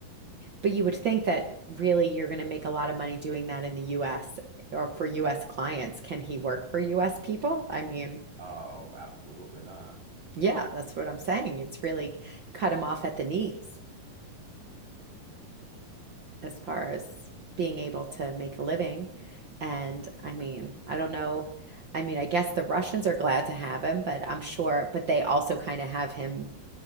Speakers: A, on the right (about 75°); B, on the right (about 50°).
A: But you would think that really you're going to make a lot of money doing that in the US or for US clients. Can he work for US people? I mean,
B: Oh, absolutely not.
A: yeah, that's what I'm saying. It's really cut him off at the knees as far
B: Mm,
A: as being able to make a living. And I mean, I don't know. I mean, I guess the Russians are glad to have him, but I'm sure, but they also kind of have him